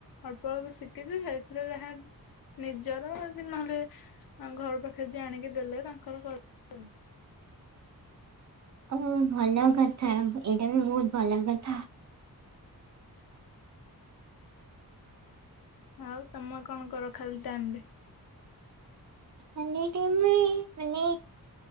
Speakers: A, on the left; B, on the right.
A: ଅଳ୍ପ ଅଳ୍ପ ଶିଖିଛି ସେଇଥିରେ ଯାହା ନିଜର ନହେଲେ ଘର ପାଖରେ ଆଣିକି ଦେଲେ ତାଙ୍କର କରୁଛି ଆଉ।
B: ଓ ଭଲ କଥା ଏଇଟା ବି ବହୁତ ଭଲ କଥା।
A: ଆଉ ତମେ କଣ କର ଖାଲି ଟାଇମ ରେ?
B: ଖାଲି ଟାଇମ୍ ରେ ମାନେ